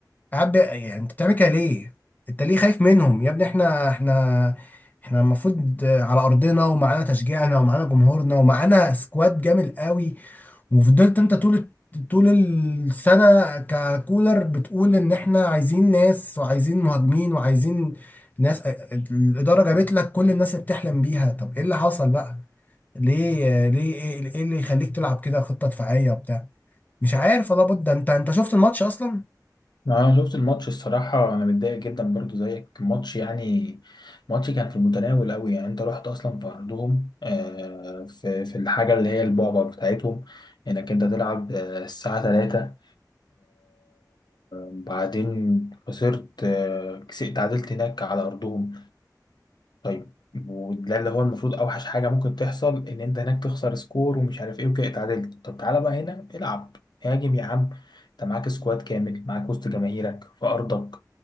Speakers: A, on the left; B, on the left.
A: قاعد بي- يعني انت بتعمل كده ليه انت ليه خايف منهم يا ابني احنا احنا احنا المفروض على ارضنا ومعانا تشجيعنا ومعانا جمهورنا ومعانا سكواد جامد قوي وفضلت انت طول طول السنة ككولر بتقول ان احنا عايزين ناس وعايزين مهاجمين وعايزين ناس الإدارة جابت لك كل الناس اللي بتحلم بيها طب ايه اللي حصل بقى ليه ليه ايه إيه اللي يخليك تلعب كده خطة دفاعية وبتاع مش عارف والله بود ده انت انت شفت الماتش اصلا
B: انا شفت الماتش الصراحه انا متضايق جدا برضو زيك الماتش يعني ماتش كان في المتناول قوي يعني انت رحت اصلا في ارضهم آه، في في الحاجه اللي هي البعبع بتاعتهم انك انت تلعب آه، الساعه 3 بعدين خسرت آه، كس- تعادلت هناك على ارضهم طيب وده اللي هو المفروض اوحش حاجه ممكن تحصل ان انت هناك تخسر سكور ومش عارف ايه وكده اتعادلت طب تعالى بقى هنا العب هاجم يا عم انت معاك سكواد كامل معاك وسط جماهيرك في ارضك